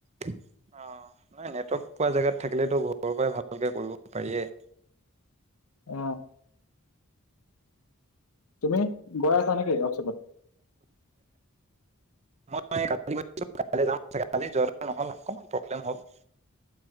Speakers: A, on the right (about 30°); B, on the left (about 80°).
A: অ', নাই, নেটৱৰ্ক পোৱা জেগাত থাকিলেতো ঘৰৰ পৰাই ভালকে কৰিব পাৰিয়েই',
B: অ', তুমি গৈ আছা নেকি ৱৰ্কশ্বপত? <unintelligible>
A: মই কালি গৈছিলোঁ তালৈ যাৱ চাগে আজি যোৱাতো নহ'ল অকমান প্ৰব্লেম হ'ল',